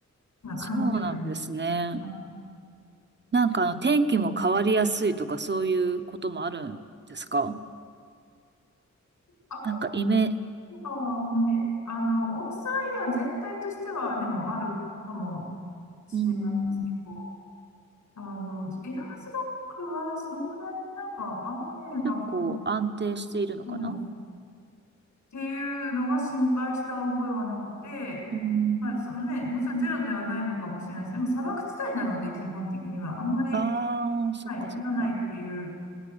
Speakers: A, on the left; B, on the right.
A: な感じではいる。
B: そうなんですね。
A: ま
B: なんかあの天気も変わりやすいとかそういうこともあるんですか
A: あ、
B: なんかイメ、
A: 雨はあんまり、あの、オーストラリア全体としては、でもあるかもしれないですけど、
B: うーん。
A: あの、エアーズロックはそんなになんか雨が降る、
B: 結構安定しているのかな
A: うんっていうのは心配した覚えはなくて、
B: うーん
A: まあ、そのね、もちろんゼロではないのかもしれないです。でも砂漠地帯なので、基本的には。あんまり、
B: ああ、そっかそっか。
A: はい、降らないっていう、